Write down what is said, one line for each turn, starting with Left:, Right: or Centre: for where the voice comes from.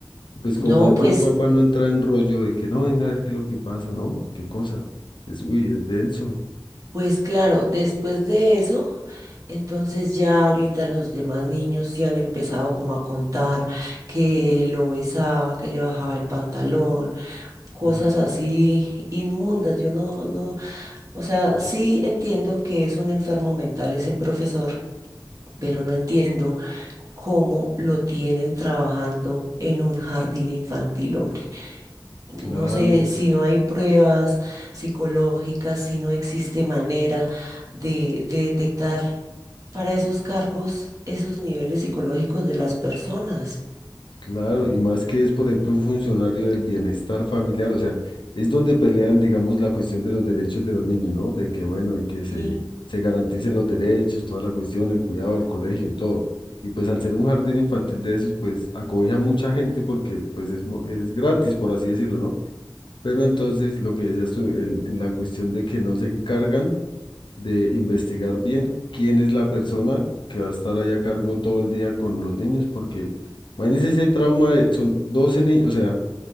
Left: Y Pues
Right: No,
Left: como más
Right: pues,
Left: de un papá no entra en rollo de que no venga a ver qué es lo que pasa, ¿no? ¿Qué cosa? Es, uy, es denso.
Right: pues claro, después de eso, entonces ya ahorita los demás niños sí han empezado como a contar que lo besaba, que le bajaba el pantalón, cosas
Left: Uy,
Right: así inmundas. Yo no, no, O sea, sí entiendo que es un enfermo mental ese profesor, pero no entiendo cómo lo tienen trabajando en un jardín infantil, hombre.
Left: claro.
Right: No sé si no hay pruebas psicológicas, si no existe manera de, de detectar para esos cargos esos niveles psicológicos de las personas.
Left: Claro, y más que es, por ejemplo, un funcionario del bienestar familiar, o sea, es donde pelean, digamos, la cuestión de los derechos de los niños, ¿no? De que, bueno, y que se,
Right: Y,
Left: se garanticen los derechos, toda la cuestión, el cuidado del colegio, todo. Y pues al ser un jardín infantil de esos, pues acobija mucha gente porque pues es, mo- es gratis, por así decirlo, ¿no? Pero entonces, lo que decías tú, en en la cuestión de que no se encargan de investigar bien quién es la persona que va a estar ahí a cargo todo el día con los niños, porque imagínense ese trauma de, son 12 niños, o sea,